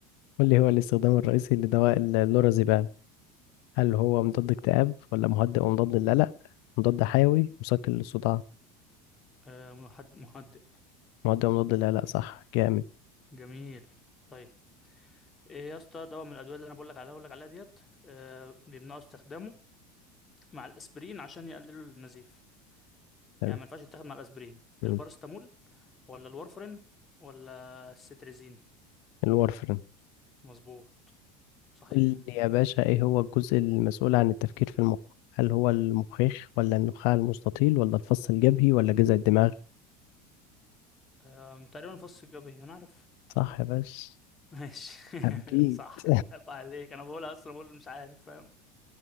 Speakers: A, on the left; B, on the left.
A: قول لي هو الاستخدام الرئيسي لدواء ال- اللورازيبام هل هو مضاد اكتئاب ولا مهدئ ومضاد للقلق مضاد حيوي مسكن للصداع
B: آه محد... مهدئ
A: مهدئ ومضاد للقلق صح جامد
B: جميل طيب ايه يا اسطى دواء من الادويه اللي انا بقول لك عليها بقول لك عليها ديت آه بيمنعوا استخدامه مع الاسبرين عشان يقللوا النزيف
A: حلو
B: يعني ما ينفعش يتاخد مع الاسبرين
A: مم.
B: البارستامول ولا الورفرين ولا السيتريزين
A: الورفرين
B: مظبوط صحيح
A: قول لي يا باشا ايه هو الجزء المسؤول عن التفكير في المخ هل هو المخيخ ولا النخاع المستطيل ولا الفص الجبهي ولا جذع الدماغ
B: أم، تقريبا الفص الجبهي انا عارف
A: صح يا باشا
B: ماشي
A: حبيت
B: <laughs> صح عيب عليك انا بقولها اصلا بقول مش عارف فاهم